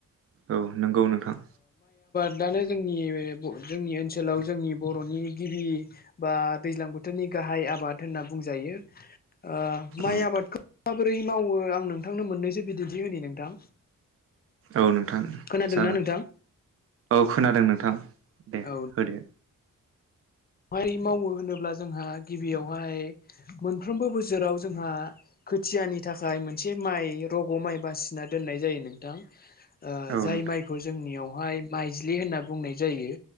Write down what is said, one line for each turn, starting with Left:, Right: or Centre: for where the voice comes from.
Right: औ नंगौ नोंथां।
Left: दानो जोंनि जोंनि ओनसोलाव जोंनि बर'नि गिबि बा दैज्लां बोथोरनि गाहाय आबाद होनना बुंजायो ओ माइ
Right: औ
Left: आबादखौ बोरै मावो आं नोंथांनो मोननैसो बिदिन्थि होननि नोंथां।
Right: औ नोंथां
Left: खोनादोंना
Right: जागोन।
Left: नोंथां
Right: औ खोनादों नोंथां दे
Left: औ
Right: होदे
Left: मारै मावो होनोब्ला जोंहा गिबियावहाय मोनफ्रोमबो बो। सोराव जोंहा। खोथियानि थाखाय मोनसे माइ रग' माइ बासिना दोननाय जायो नोंथां। ओ
Right: औ
Left: जाय
Right: नोंथां
Left: माइखौ जोंनियावहाय माइज्लि होनना बुंनाय जायो।